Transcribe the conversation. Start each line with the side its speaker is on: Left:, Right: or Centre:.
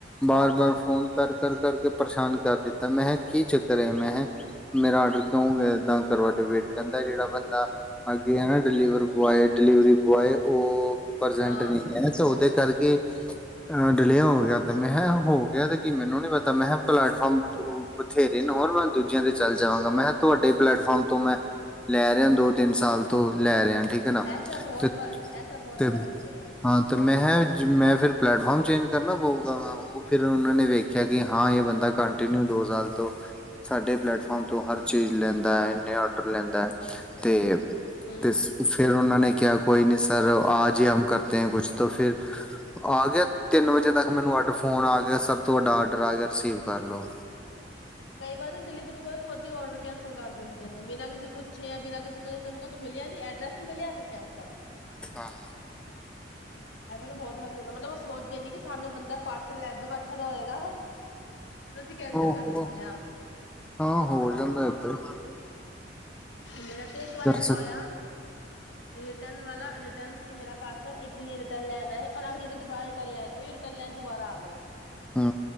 Centre: ਵਾਰ ਵਾਰ ਫੋਨ ਕਰ-ਕਰ-ਕਰ। ਕੇ ਪਰੇਸ਼ਾਨ ਕਰ ਦਿੱਤਾ, ਮੈਂਹ ਕੀ ਚੱਕਰ ਹੈ ਮੈਂਹ ਮੇਰਾ ਆਰਡਰ ਕਿਉਂ ਏਦਾਂ ਕਰਵਾ ਡਿਵੇਟ ਕਰਦਾ ਜਿਹੜਾ ਬੰਦਾ ਅੱਗੇ ਐ ਨਾ ਡਲੀਵਰ ਬੋਆਏ ਡਿਲੀਵਰੀ ਬੋਆਏ ਉਹ ਪ੍ਰਜੈਂਟ
Left: ਹਾਂ
Centre: ਨਹੀਂ ਹੈ, ਤਾਂ ਉਹਦੇ ਕਰ ਕੇ ਡਿਲੇ ਹੋ ਗਿਆ ਤੇ ਮੈਂ ਕਿਹਾ ਹੋ ਗਿਆ ਤੇ ਕੀ ਮੈਨੂੰ ਨੀ ਪਤਾ ਮੈਂ ਕਿਹਾ ਪਲੇਟਫਾਰਮ ਬਥੇਰੇ ਨੇ ਹੋਰ <inaudible> ਜਾਂਦੇ ਚੱਲ ਜਾਵਾਂਗਾ ਮੈਂ ਕਿਹਾ ਤੁਹਾਡੇ ਪਲੇੈਟਫਾਰਮ ਤੋਂ ਮੈਂ ਲੈ ਰਿਹਾ ਦੋ ਤਿੰਨ ਸਾਲ ਤੋਂ ਲੈ ਰਿਹਾ ਠੀਕ ਹੈ ਨਾ
Left: ਐਸਾ ਬਹੁਤ
Centre: ਤੇ
Left: ਵਾਰ ਐਸਾ ਬਹੁਤ
Centre: ਤੇ
Left: ਵਾਰ ਹੁੰਦਾ ਹੈ।
Centre: ਹਾਂ ਤੇ ਮੈਂ ਮੈਂ ਫਿਰ ਪਲੈਟਫਾਰਮ ਚੇਂਜ ਕਰਨਾ ਪਊਗਾ ਵਾ ਉਹ ਫਿਰ ਉਹਨਾਂ ਨੇ ਵੇਖਿਆ ਕਿ ਹਾਂ ਇਹ ਬੰਦਾ ਕੰਟੀਨਿਊ ਦੋ ਸਾਲ ਤੋਂ ਸਾਡੇ ਪਲੈਟ ਫਾਰਮ ਤੋਂ ਹਰ ਚੀਜ਼ ਲੈਂਦਾ ਇੰਨੇ ਔਡਰ ਲੈਂਦਾ। ਤੇ
Left: ਹੂੰ
Centre: ਤੇ ਫੇਰ ਉਹਨਾਂ ਨੇ ਕਿਆ ਕੋਈ ਨ ਸਰ ਆਜ ਹੀ ਹਮ ਕਰ ਤੇ ਕੁਛ ਤੋ ਫਿਰ ਆ ਗਿਆ ਤਿੰਨ ਵਜੇ ਤੱਕ ਮੈਨੂੰ ਅੱਡ ਫੋਨ ਆ ਗਿਆ, ਸਭ ਤੋਂ ਵੱਡਾ ਆਡਰ ਆ ਗਿਆ ਰਿਸੀਵ ਕਰ ਲਓ।
Left: ਕਈ ਵਾਰ ਦਿੱਲੀਪੁਰ ਬੋਲ ਖੁਦ ਦੀ ਔਡਰ ਕੈਂ ਕੈਂਸਲ ਕਰ ਦਿੰਦੇ ਨੇ ਬਿਨਾਂ ਕਿਸੇ ਪੁੱਛੇ ਬਿਨਾਂ ਕਿਸੇ ਕੁਛ ਮਿਲਿਆ ਨੀ ਐਡਰਸ ਨੀ ਮਿਲਿਆ ਕੈਂਸਲ।
Centre: ਆਹ
Left: ਐਸਾ ਤਾਂ ਬਹੁਤ ਵਾਰੀ ਹੁੰਦਾ ਮਤਲਬ ਉਹ ਸੋਚਦੇ ਨ ਕਿ ਸਾਹਮਣੇ ਬੰਦਾ ਪਾਰਸਲ ਲੈ ਦ ਬੈਠਾ ਦਾ ਹੋਏਗਾ। ਤੁਸੀਂ ਕੈਂਸਲ
Centre: ਹ
Left: ਕਰਨੇ ਹੋਏ ਆ
Centre: ਹਾਂ ਹੋ ਜਾਂਦਾ ਆਹ ਤੇ
Left: ਮੇਰਾ ਤੇ ਇੱਕ ਵਾਰ ਐਸਾ
Centre: ਸਕ
Left: ਹੋਇਆ ਰੇ ਰਿਟਰਨ ਵਾਲਾ ਰਿਟਰਨ ਸੀ ਮੇਰਾ ਪਾਰਸਲ ਇੱਕ ਬਈਆ ਰਿਟਰਨ ਲੈਣ ਆਇਆ, ਔਰ ਅਗਲੇ ਦਿਨ ਦੁਬਾਰਾ ਰਿਟਰਨ ਲੈਣ ਉਹੀਓ ਰਿਟਰਨ ਲੈਣ ਦੁਬਾਰਾ ਆ ਗਏ।
Centre: ਹੂੰ